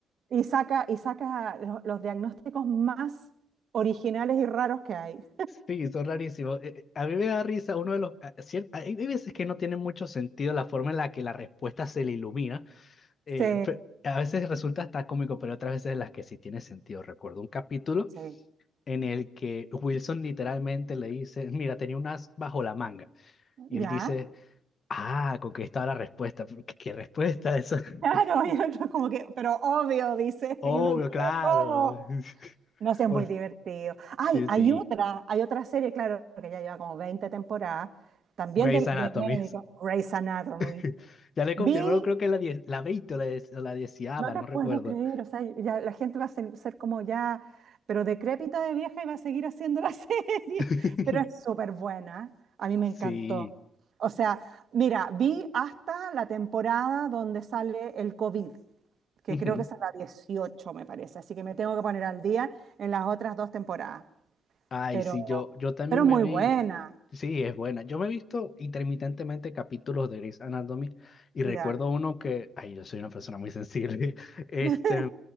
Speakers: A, on the right (about 55°); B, on the left (about 45°).
A: y saca, y saca lo- los diagnósticos más originales y raros que hay.
B: Sí, son rarísimos. Eh, eh, a mí me da risa, uno de los... a- cier- hay hay veces que no tiene mucho sentido la forma en la que la respuesta se le ilumina, eh,
A: Sí,
B: pe- a veces resulta hasta cómico, pero otras veces en las que sí tiene sentido. Recuerdo un capítulo
A: sí,
B: en el que Wilson literalmente le dice, mira, tenía un as bajo la manga. Y
A: ¿ya?
B: él dice, ah, con que estaba la respuesta. ¿Qué, qué respuesta eso? <laughs>
A: Claro, y otro como que, pero obvio, dice,
B: Obvio,
A: y uno, ¿qué?
B: claro.
A: ¿Cómo?
B: <laughs>
A: No sé, es
B: Por-
A: muy divertido. Ay,
B: Sí,
A: hay
B: sí.
A: otra, hay otra serie, claro, que ya lleva como 20 temporadas, también
B: Grey's
A: de,
B: Anatomy.
A: de médicos, Grey's Anatomy.
B: <laughs> Ya le
A: Vi,
B: confirmaron, creo que la, die- la 20 o la, die- o la 10
A: no te
B: no
A: puedo
B: recuerdo.
A: creer, o sea, ya la gente va a ser, ser como ya, pero decrépita de vieja y va a seguir haciendo la <laughs> serie,
B: <laughs>
A: pero es súper buena, a mí me
B: Sí.
A: encantó. O sea, mira, vi hasta la temporada donde sale el COVID. que
B: Ujú.
A: creo que es a la dieciocho me parece. Así que me tengo que poner al día en las otras dos temporadas.
B: Ay,
A: Pero,
B: sí, yo, yo también
A: pero
B: me
A: muy
B: vi,
A: buena.
B: sí, es buena. Yo me he visto intermitentemente capítulos de Grey's Anatomy y recuerdo
A: Ya,
B: uno que, ay, yo soy una persona muy sensible, <laughs> este,
A: <laughs>